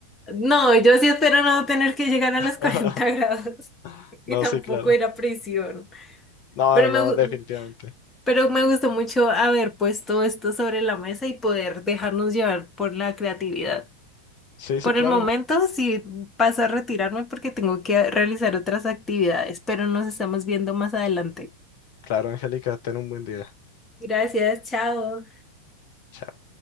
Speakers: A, on the left; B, on the left.
A: no, yo sí espero no tener que llegar a
B: <laughs>
A: los 40 grados <laughs>
B: No,
A: y tampoco
B: sí, claro.
A: ir a prisión.
B: No,
A: Pero
B: no, no,
A: me, gu-
B: definitivamente.
A: pero me gustó mucho haber puesto esto sobre la mesa y poder dejarnos llevar por la creatividad.
B: Sí,
A: Por
B: sí, claro.
A: el momento sí paso a retirarme porque tengo que realizar otras actividades, pero nos estamos viendo más adelante.
B: Claro, Angélica, ten un buen día.
A: Gracias, chao.
B: Chao.